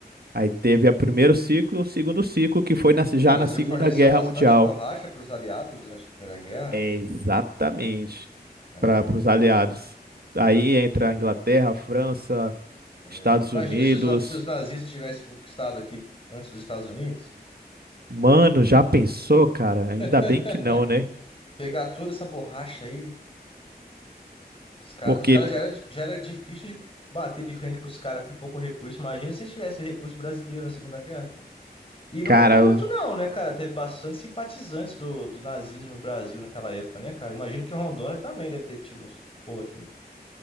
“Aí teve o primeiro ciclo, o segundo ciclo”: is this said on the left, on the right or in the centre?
Right